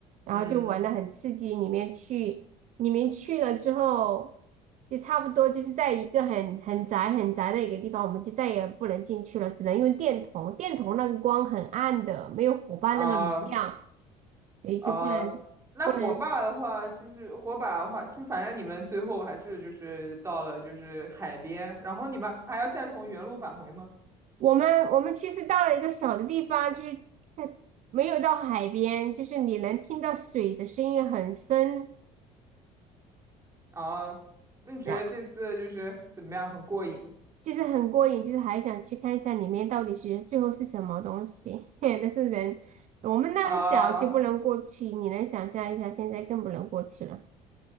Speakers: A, on the right; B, on the right.
A: 然后就玩的很刺激。
B: 嗯，
A: 里面去，里面去了之后，就差不多就是在一个很很窄很窄的一个地方，我们就再也不能进去了，只能用电筒。电筒那个光很暗的，没有火把那么明亮，
B: 啊
A: 所以就不能不能。
B: 啊，那火把的话，就是火把的话，就反正你们最后还是就是到了就是海边，然后你们还要再从原路返回吗？
A: 我们我们其实到了一个小的地方，就是看，没有到海边，就是你能听到水的声音很深，
B: 啊，那你觉得这次就是怎么样？
A: 然后
B: 很过瘾
A: 就是很过瘾，就是还想去看一下里面到底是最后是什么东西。<laughs> 但是人我们那么小就不能过去，
B: 啊？
A: 你能想象一下，现在更不能过去了。